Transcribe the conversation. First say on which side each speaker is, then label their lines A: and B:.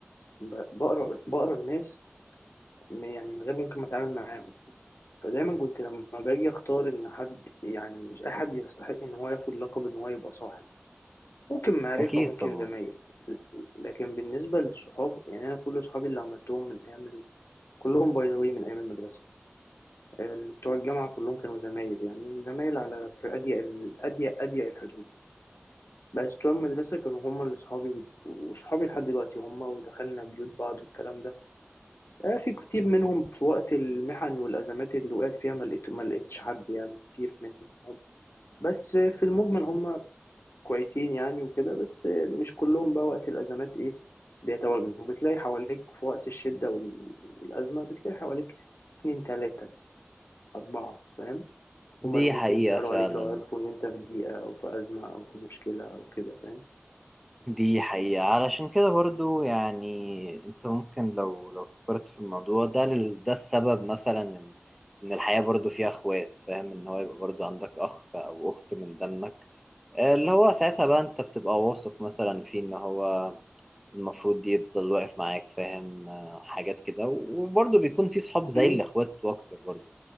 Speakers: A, on the left; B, in the centre.
A: ب- بقرا بقرا الناس م- يعني من غير ممكن ما اتعامل معاهم فدايما كنت لما باجي اختار ان حد يعني مش اي حد يستحق ان هو ياخد لقب ان هو يبقى صاحب ممكن معرفة
B: أكيد
A: ممكن
B: طبعا
A: زمايل لكن بالنسبة للصحاب يعني انا كل صحابي اللي عملتهم من ايام ال... كلهم باي ذا واي من ايام المدرسة اللي بتوع الجامعة كلهم كانوا زمايل يعني وزمايل على في اضيق ال... اضيق اضيق الحدود يعني. بس بتوع المدرسة كانوا هم اللي صحابي و- وصحابي لحد دلوقتي هم ودخلنا بيوت بعض والكلام ده آه، في كتير منهم في وقت المحن والأزمات اللي وقعت فيها ما لقيت ما لقيتش حد يعني كتير منهم بس آه، في المجمل هم كويسين يعني وكده بس آه، مش كلهم بقى وقت الأزمات إيه بيتواجدوا بتلاقي حواليك في وقت الشدة وال- والأزمة بتلاقي حواليك اتنين تلاتة أربعة فاهم
B: دي
A: هما اللي ممكن
B: حقيقة
A: يسألوا
B: فعلا
A: عليك لو عرفوا إن أنت في ضيقة أو في أزمة أو في مشكلة أو كده فاهم
B: دي حقيقة علشان كده برضو يعني أنت ممكن لو لو فكرت في الموضوع ده لل- ده السبب مثلا إن إن الحياة برضو فيها أخوات فاهم إن هو يبقى برضو عندك أخ أو أخت من دمك آه، اللي هو ساعتها بقى أنت بتبقى واثق مثلا فيه إن هو المفروض يفضل واقف معاك فاهم آه، حاجات كده وبرضو بيكون في صحاب زي
A: مم،
B: الأخوات وأكتر برضو